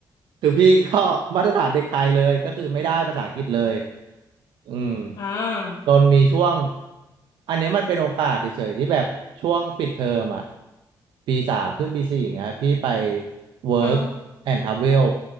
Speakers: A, on the right; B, on the left.
A: คือพี่ก็มาตรฐานเด็กไทยเลยก็คือไม่ได้ภาษาอังกฤษเลยอืม
B: อ่า
A: จนมีช่วงอันเนี้ยมันเป็นโอกาสเฉยๆที่แบบช่วงปิดเทอมอ่ะปีสามขึ้นปีสี่อย่างเงี้ยพี่ไป work
B: อ่า
A: and travel